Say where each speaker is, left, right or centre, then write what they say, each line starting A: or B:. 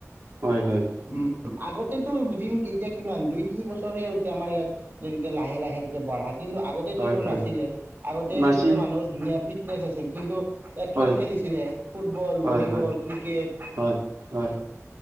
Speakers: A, on the right; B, on the right.
A: হয় হয়
B: উম আগতেতো বুজিম এতিয়া কিমান দুই তিনি বছৰহে হৈছে আমাৰ ইয়াত গতিকে লাহে লাহে এনেকে বঢ়াম কিন্তু আগতেটো
A: হয়
B: এইবোৰ
A: হয়
B: নাছিলে আগতেটো
A: নাছিল
B: মানুহৰ ধুনীয়া ফিটনেচ আছিল কিন্তু খেল
A: হয়
B: খেলিছিলে ফুটবল
A: হয়
B: ভলীবল
A: হয়
B: ক্ৰিকেট
A: হয় হয়